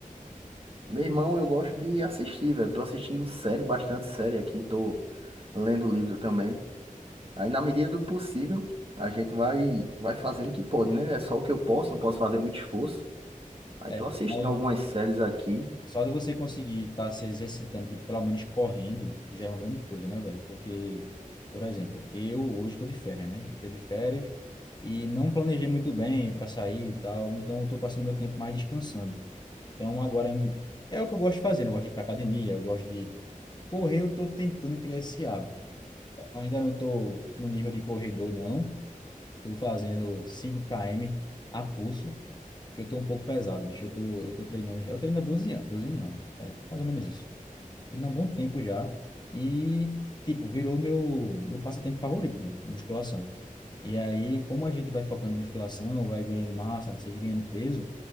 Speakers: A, on the right; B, on the left.
A: Meu irmão, eu gosto de assistir, velho. Tô assistindo série, bastante série aqui, tô lendo livro também. Aí na medida do possível, a gente vai vai fazendo o que pode, né? É só o que eu posso, não posso fazer muito esforço. Aí
B: É,
A: tô assistindo
B: mas
A: algumas séries aqui
B: só de você conseguir estar se exercitando, tipo, pelo menos correndo, já é uma grande coisa, né, velho? Porque, por exemplo, eu hoje estou de férias, né? Entrei de férias e não planejei muito bem para sair e tal, então eu estou passando meu tempo mais descansando. Então, agora é o que eu gosto de fazer, né? Eu gosto de ir para academia, eu gosto de correr, eu tô tentando criar esse hábito. Ainda não tô no nível de corredor, não. Tô fazendo cinco km a pulso, porque eu tô um pouco pesado, bicho. Eu tô, eu tô treinando já. Eu treino há 12 anos, 12 anos não, é, mais ou menos isso. Treino há um bom tempo já e, tipo, virou meu, meu passatempo favorito, né? Musculação. E aí, como a gente vai focando em musculação, vai ganhando massa, não sei, o quê, ganhando peso,